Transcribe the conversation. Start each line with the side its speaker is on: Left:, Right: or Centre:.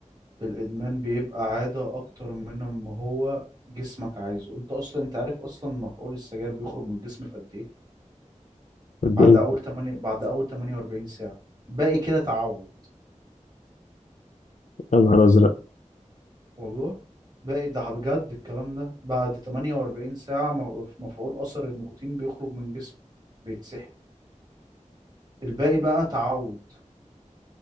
Right: الادمان بيبقى عاده اكتر من ما هو جسمك عايزه انت اصلا انت عارف اصلا مفعول السجاير بيخرج من الجسم في قد ايه
Left: قد
Right: بعد
Left: ايه
Right: اول 8 بعد اول 48 ساعه باقي كده تعود
Left: يا نهار ازرق
Right: والله بقى ده بجد الكلام ده بعد 48 ساعة م- في مفعول أثر النيكوتين بيخرج من جسمه بيتسحب الباقي بقى تعود